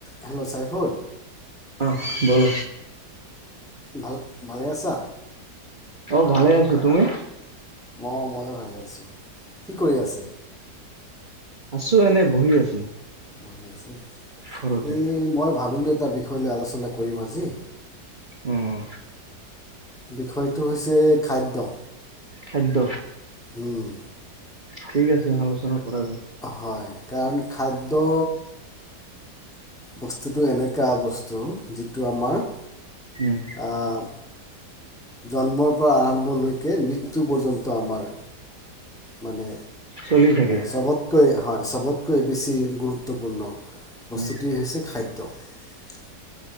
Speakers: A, in the centre; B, on the right.
A: Hello, Saiful
B: অহ ', বল
A: ভাল ভালে আছা?
B: অহ ', ভালে আছো তুমি?
A: অহ ', মইো ভালে আছো। কি কৰি আছে?
B: আছো এনে বহি আছো।
A: বহি আছে
B: ঘৰতে।
A: এই মই ভাবিলো এটা বিষয় লৈ আলোচনা কৰিম আজি।
B: উম।
A: বিষয়টো হৈছে খাদ্য।
B: খাদ্য।
A: হুম।
B: ঠিক আছে আলোচনা কৰা যায়।
A: হয় কাৰণ খাদ্য বস্তুটো এনেকা বস্তু যিটো আমাৰ
B: উম।
A: আহ, জন্মৰ পৰা আৰম্ভলৈকে মৃত্যু পৰ্যন্ত আমাৰ মানে
B: চলি থাকে।
A: চবতকৈ হয় সবতকৈ বেছি গুৰুত্বপূৰ্ণ। বস্তুটোৱে
B: উম
A: হৈছে খাদ্য। দ্য।